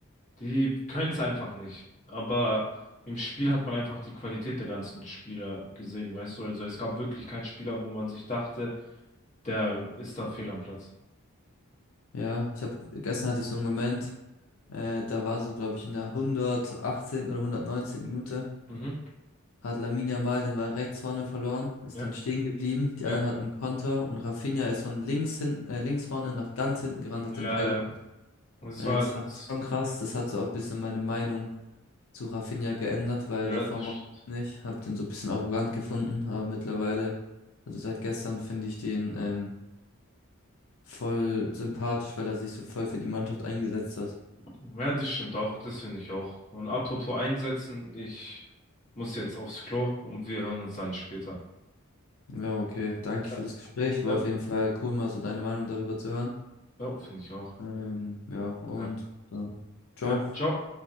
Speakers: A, on the left; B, on the left.
A: Die können es einfach nicht. Aber im Spiel hat man einfach die Qualität der ganzen Spieler gesehen, weißt du? Also es gab wirklich keinen Spieler, wo man sich dachte, der ist da fehl am Platz.
B: Ja, ich habe gestern hatte ich so einen Moment, äh, da war so, glaube ich, in der 118. oder 119. Minute
A: Mhm.
B: hat Lamine Yamal den Ball rechts vorne verloren, ist
A: Ja.
B: dann stehen geblieben, die
A: Ja,
B: anderen hatten
A: äh,
B: einen Konter und Rafinha ist von links hinten, äh, links vorne nach ganz hinten gerannt,
A: Mhm.
B: hat
A: äh,
B: den Ball
A: und es
B: Äh,
A: war,
B: das fand
A: es,
B: ich schon krass. Das hat so auch ein bisschen meine Meinung zu Rafinha geändert, weil
A: ja,
B: davor
A: das,
B: mochte
A: st-
B: ich ihn nicht. Hab den so ein bisschen arrogant gefunden, aber mittlerweile, also seit gestern, finde ich den ähm, voll sympathisch, weil er sich so voll für die Mannschaft eingesetzt hat.
A: ja, das stimmt auch, das finde ich auch. Und apropos einsetzen, ich muss jetzt aufs Klo und wir hören uns dann später.
B: Ja, okay. Danke
A: Ja,
B: für das Gespräch. War
A: ja,
B: auf jeden Fall cool, mal so deine Meinung darüber zu hören.
A: ja, finde ich auch.
B: Ähm, ja, und
A: Ja,
B: dann, ciao.
A: ja, ciao.